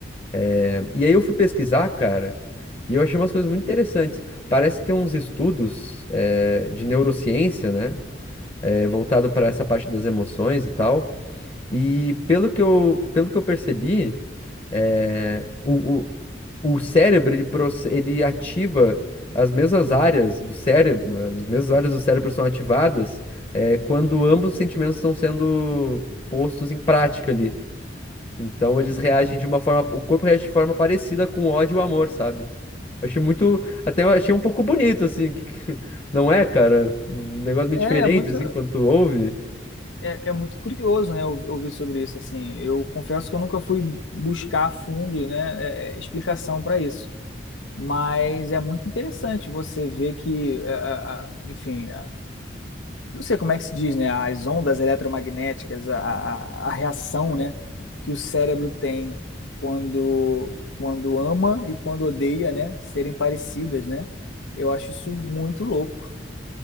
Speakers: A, on the left; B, on the left.
A: É, E aí eu fui pesquisar, cara, e eu achei umas coisas muito interessantes. Parece que tem uns estudos é, de neurociência, né? é, voltado para essa parte das emoções e tal. E pelo que eu, pelo que eu percebi, é, o, o, o cérebro ele, proce- ele ativa as mesmas áreas do cérebro, as mesmas áreas do cérebro são ativadas é, quando ambos os sentimentos estão sendo postos em prática ali. Então eles
B: Hum.
A: reagem de uma forma, o corpo reage de forma parecida com o ódio e o amor, sabe? Achei muito, até eu achei um pouco bonito, assim, que- que- não é, cara? Um negócio meio
B: É,
A: diferente,
B: é muito,
A: assim, quando tu ouve.
B: é, é muito curioso, né, ou- ouvir sobre isso, assim. Eu confesso que eu nunca fui buscar a fundo, né, é, é, explicação para isso. Mas é muito interessante você ver que, é, é, é, enfim, é, não sei como é que se diz, né? As ondas eletromagnéticas, a, a, a reação, né, que o cérebro tem quando, quando ama e quando odeia, né, serem parecidas, né? Eu acho isso muito louco.